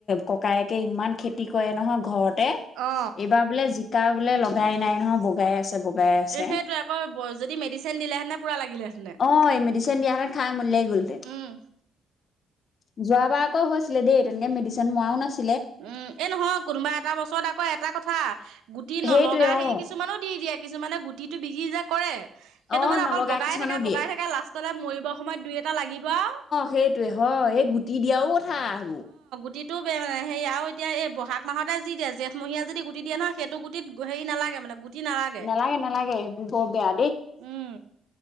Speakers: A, on the left; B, on the right.
A: ককায়েকে ইমান খেতি কৰে নহয় ঘৰতে
B: অ
A: এইবাৰ বোলে জিকা বোলে লগাই নাই নহয় বগাই আছে বগ বগাই আছে,
B: এই সেইটোৱে আকৌ যদি মেডিচিন দিলেহেঁতেনে পুৰা লাগিলেহেঁতেনে
A: অ' এই মেডিচিন দিয়া সেইতেন খাই <unintelligible> যোৱাবাৰ
B: উম
A: আকৌ হৈছিলে দেই তেনেকে মেডিচিন মৰাও নাছিল
B: উম, এ নহয় কোনোবা এটা বছৰত আকৌ এটা কথা গুটি
A: সেইটোৱে
B: নলগা হেৰি
A: অ
B: কিছুমানো দি দিয়ে কিছুমানে গুটিটো বিক্ৰী যে কৰে। সেইটো
A: অ
B: মানে
A: নলগা
B: অকল বগাই
A: কিছুমানক
B: থাকে
A: দিয়ে
B: বগাই থাকে লাষ্টলে মৰিবৰ সময়ত দুই এটা লাগিব আৰু
A: সেইটোৱে অ', এই গুটি দিয়াও কথা আগো।
B: গুটিটোও বেয়া মানে সেৰি আৰু এতিয়া এই বহাগ মাহতে যি দিয়া যে মহীয়া যদি গুটি দিয়ে নহয় সেইটো গুটিত হেৰি নালাগে মানে নালাগে
A: নেলাগে নেলাগে বৰ বেয়া দেই।
B: উম,